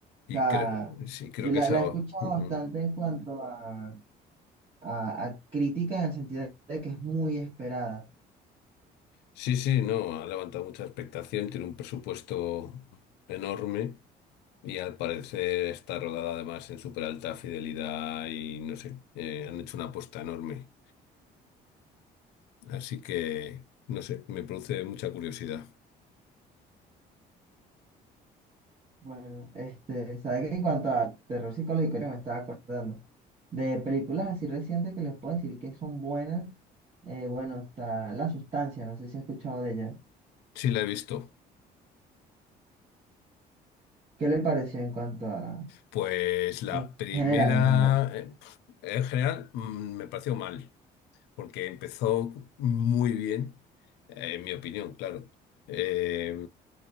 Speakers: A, on the left; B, on the right.
A: Y
B: o sea,
A: cre- sí, creo
B: yo
A: que
B: la,
A: esa.
B: la
A: ujú.
B: he escuchado bastante en cuanto a, a, a crítica en el sentido de que es muy esperada.
A: Sí, sí, no, ha levantado mucha expectación, tiene un presupuesto enorme y al parecer está rodada además en súper alta fidelidad y no sé, eh, han hecho una apuesta enorme. Así que, no sé, me produce mucha curiosidad.
B: Bueno, este, sabes que en cuanto a terror psicológico, ahorita me estaba acordando de películas así recientes que les puedo decir que son buenas. eh, bueno, está La Sustancia, no sé si has escuchado de ella.
A: Sí, la he visto.
B: ¿Qué le pareció en cuanto a,
A: Pues la
B: en
A: primera,
B: general, en general?
A: eh, en general, mm, me pareció mal. porque empezó muy bien, eh, en mi opinión, claro. Eh,